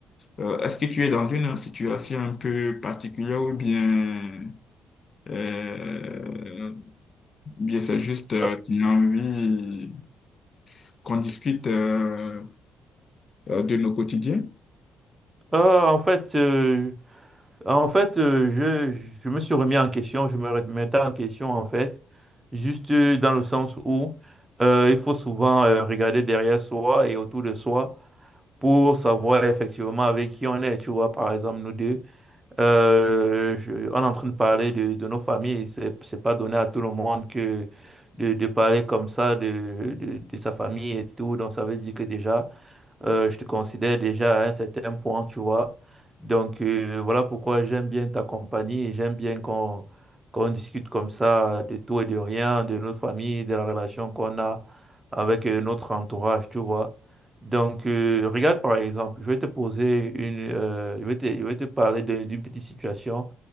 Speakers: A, on the left; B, on the right.
A: euh, est-ce que tu es dans une situation un peu particulière ou bien, euh, bien c'est juste euh,
B: Euh,
A: tu as envie qu'on discute euh, euh, de nos quotidiens.
B: euh, en fait, euh, en fait euh, je, je me suis remis en question, je me remettais en question en fait, juste euh, dans le sens où euh, il faut souvent euh, regarder derrière soi et autour de soi pour savoir effectivement avec qui on est. Tu vois, par exemple, nous deux, euh, je- on est en train de parler de, de nos familles. C'est, c'est pas donné à tout le monde que de, de parler comme ça de, de, de sa famille et tout. Donc, ça veut dire que déjà... Euh, je te considère déjà à un certain point, tu vois. Donc, euh, voilà pourquoi j'aime bien ta compagnie et j'aime bien qu'on qu'on discute comme ça de tout et de rien, de nos familles, de la relation qu'on a avec euh, notre entourage, tu vois. Donc, euh, regarde par exemple, je vais te poser une, euh, je vais te, je vais te parler de- d'une petite situation